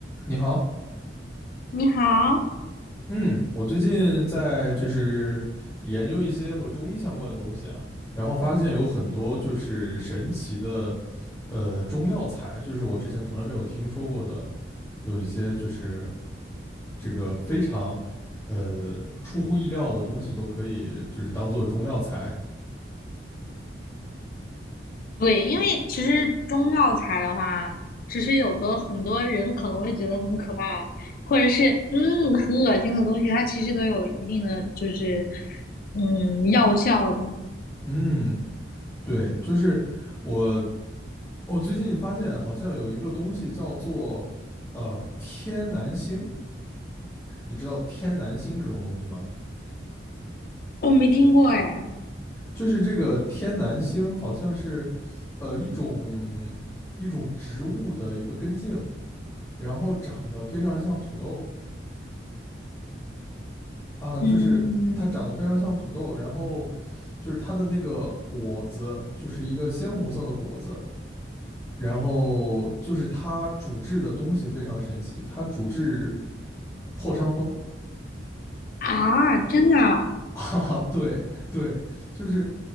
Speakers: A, on the left; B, on the left.
A: 你好，
B: 你好，
A: 嗯，我最近在就是研究一些和中医相关的东西啊，然后发现有很多就是神奇的，呃，中药材，就是我之前从来没有听说过的，有一些就是这个非常，呃，出乎意料的东西都可以就是当做中药材。
B: 对，因为其实中药材的话，其实有的很多人可能会觉得很可怕，或者是嗯很恶心的东西，它其实都有一定的就是嗯药效的。
A: 嗯，对，就是我我最近发现好像有一个东西叫做，呃，天南星。你知道天南星这种东西吗？
B: 我没听过哎，
A: 就是这个天南星好像是，呃，一种一种植物的一个根茎，然后长得非常像土豆啊、
B: 嗯
A: 就是它长得非常像土豆，然后就是它的那个果子就是一个鲜红色的果子，然后就是它主治的东西非常神奇，它主治破伤风，
B: 啊，真的啊，
A: <laughs> 哈哈，对对，就是